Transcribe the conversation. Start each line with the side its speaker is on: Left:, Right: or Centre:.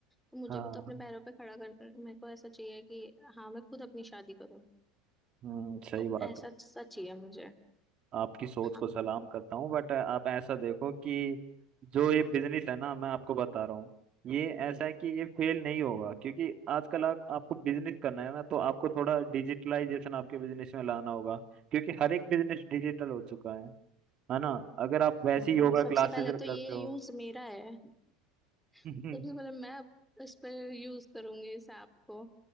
Centre: तो मुझे
Right: हाँ
Centre: भी तो अपने पैरों पे खड़ा कर मेरे को ऐसा चाहिए कि हाँ मैं खुद अपनी शादी करूँ
Right: हम्म सही
Centre: तो
Right: बात
Centre: ऐसा
Right: है
Centre: सच ही है मुझे
Right: आपकी सोच
Centre: हाँ
Right: को सलाम करता हूँ बट आप ऐसा देखो कि जो ये बिजनेस है ना मैं आपको बता रहा हूँ ये ऐसा है कि ये फेल नहीं होगा क्योंकि आजकल आप, आपको बिजनेस करना है ना तो आपको थोड़ा डिजिटलाइजेशन आपके बिजनेस में लाना होगा क्योंकि हर एक बिजनेस डिजिटल हो चुका है है ना अगर आप वैसी
Centre: हाँ
Right: योगा
Centre: सबसे
Right: क्लासेस
Centre: पहले तो
Right: करते
Centre: ये
Right: हो
Centre: यूज मेरा है
Right: <laughs>
Centre: सबसे पहले मैं इस पर यूज करूंगी इस ऐप को